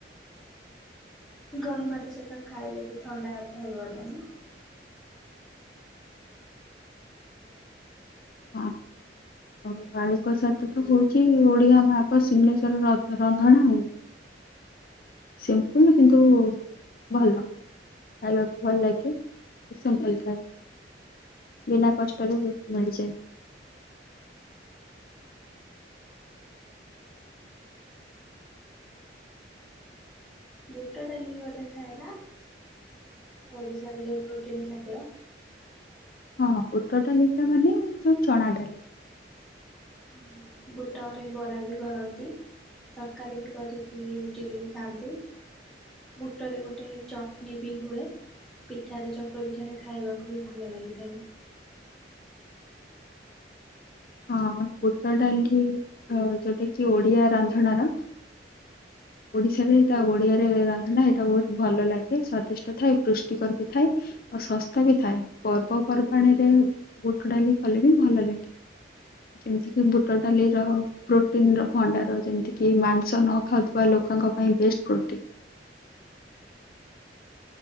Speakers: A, in the centre; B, on the left (about 50°).
A: ଗରମ ଭାତ ସହିତ ଖାଇଲେ ବି ଥଣ୍ଡା ଧରିବ ନାହିଁ।
B: ହଁ। ଆଉ ଆଳୁକସା ତ ହଉଛି ଓଡିଆ ଭାଗ ସିଂନେଶ୍ଵର ରନ୍ଧଣା ଆଉ। ସିମ୍ପୁଲ କିନ୍ତୁ ଭଲ। ଖାଇବାକୁ ଭଲ ଲାଗେ କିନ୍ତୁ ସିମ୍ପୁଲ ଥାଏ। ବିନା କଷ୍ଟରେ ବି ମାଡ଼ିଯାଏ।
A: ବୁଟ ଡାଲି ଗୋଟେ ଥାଏ ନା ଓଡ଼ିଶାର ଯେଉଁ ପ୍ରୋଟିନ୍ ଖାଦ୍ୟ
B: ହଁ ବୁଟ ଡାଲି ତା ମାନେ ଯୋଉଁ ଚଣା ଡାଲି।
A: ହଁ ବୁଟରେ ବରା ବି କରନ୍ତି। ତରକାରୀ ବି କରିକି ରୁଟିରେ ବି ଖାଆନ୍ତି ବୁଟରେ ଗୋଟେ ଚଟନୀ ବି ହୁଏ ପିଠାରେ ଚକୁଳି ପିଠାରେ ଖାଇବାକୁ ବି ଭଲ ଲାଗିଥାଏ।
B: <inaudible> ହଁ ବୁଟ ଡାଲି ଯୋଉଁଟା କି ଓଡିଆ ରାନ୍ଧଣାର <inaudible> ଓଡିଶାରେ ଏଇଟା ଓଡିଆରେ ରନ୍ଧନା ଏଇଟା ବହୁତ ଭଲ ଲାଗେ ସ୍ଵାଦିଷ୍ଟ ଥାଏ ପୃଷ୍ଟିକର ବି ଥାଏ। ଆଉ ଶସ୍ତା ବି ଥାଏ ପର୍ବପର୍ବାଣିୀ ରେ ବୁଟ ଡାଲି କଲେ ବି ଭଲ ଲାଗେ। <inaudible> ଯେମିତି କି ବୁଟ ଡାଲିର ପ୍ରୋଟିନ ର ଭଣ୍ଡାର ଯେମିତି କିି ମାଂସ ନ ଖାଉଥିବା ଲୋକଙ୍କ ପାଇଁ ବେଷ୍ଟ ପ୍ରୋଟିନ।